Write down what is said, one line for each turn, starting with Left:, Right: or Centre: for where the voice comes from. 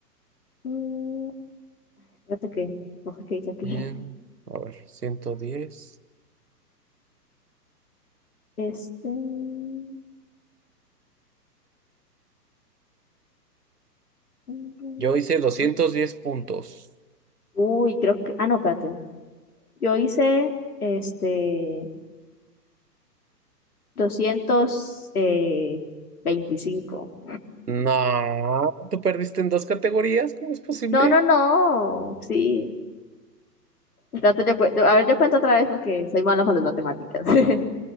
Left: Mm, espérate que, no sé qué dice aquí.
Right: 100. A ver, ciento diez
Left: Este... mm, mm,
Right: Yo hice 210
Left: no.
Right: puntos.
Left: Uy, creo que... Ah, no, espérate. Yo hice este doscientos eh, veinticinco.
Right: No, tú perdiste en dos categorías. ¿Cómo es posible?
Left: No, no, no. Sí. Entonces yo, cu- a ver, yo cuento otra vez porque soy mala para las matemáticas. <laughs>